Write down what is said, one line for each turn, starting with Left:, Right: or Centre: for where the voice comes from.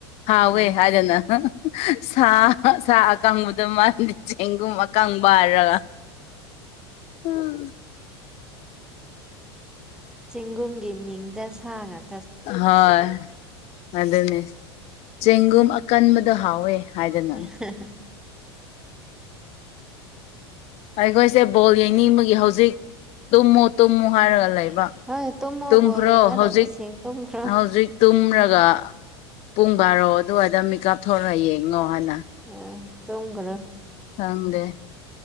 Left: ꯍꯥꯎꯋꯦ
Centre: ꯎꯝ
Left: ꯍꯥꯏꯗꯅ ꯁꯥ ꯁꯥ ꯑꯀꯪꯕꯗ ꯃꯥꯜꯂꯤ ꯆꯦꯡꯒꯨꯝ ꯀꯪꯕ ꯍꯥꯏꯔꯒ ꯎꯝ
Centre: ꯆꯦꯡꯒꯨꯝꯒꯤ ꯃꯤꯡꯗ ꯁꯥꯉꯛ
Left: ꯍꯣꯏ ꯑꯗꯨꯅꯦ ꯆꯦꯡꯒꯨꯝ ꯑꯀꯟꯕꯗꯣ ꯍꯥꯎꯋꯦ ꯍꯥꯏꯗꯅ
Centre: <unintelligible>
Left: ꯑꯩꯈꯣꯏꯁꯦ ꯕꯣꯜ ꯌꯦꯡꯅꯤꯡꯕꯒꯤ ꯍꯧꯖꯤꯛ ꯇꯨꯝꯃꯨ ꯇꯨꯝꯃꯨ ꯍꯥꯏꯔꯒ ꯂꯩꯕ
Centre: ꯍꯣꯏ ꯇꯨꯝꯃꯣ
Left: ꯇꯨꯝꯈ꯭ꯔꯣ
Centre: ꯕꯣ ꯌꯦꯡꯒꯗꯧꯕꯁꯤꯡꯦꯡ
Left: ꯍꯧꯖꯤꯛ
Centre: ꯇꯨꯝꯈ꯭ꯔꯣ
Left: ꯍꯧꯖꯤꯛ ꯇꯨꯝꯔꯒ ꯄꯨꯡ ꯕꯥꯔꯣ ꯑꯗꯨꯋꯥꯏꯗ ꯃꯤꯀꯑꯞ ꯊꯣꯛꯣꯔꯛꯑ ꯌꯦꯡꯉꯣ ꯍꯥꯟꯅ
Centre: ꯑꯣ ꯇꯨꯡꯒ꯭ꯔꯣ
Left: ꯈꯪꯗꯦ